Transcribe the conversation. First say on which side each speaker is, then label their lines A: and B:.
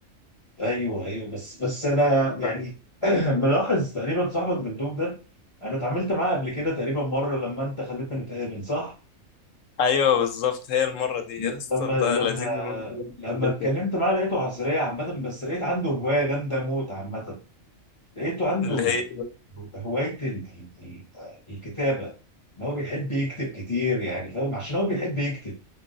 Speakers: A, on the left (about 30°); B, on the left (about 75°).
A: ايوه ايوه بس بس انا
B: فاهم.
A: يعني <clears throat> ملاحظ تقريبا صاحبك دبدوب ده انا اتعاملت معاه قبل كده تقريبا مره لما انت خليتنا نتقابل صح
B: ايوه بالظبط هي المره دي
A: ل-
B: يا اسطى
A: لما
B: ده
A: لما
B: لذيذ موت
A: لما
B: كده
A: اتكلمت
B: كده
A: معاه لقيته عسلية عامة بس لقيت عنده هواية جامدة موت عامة لقيته عنده
B: اللي هي
A: هواية ال- ال- ال- الكتابة ان هو بيحب يكتب كتير يعني فاهم عشان هو بيحب يكتب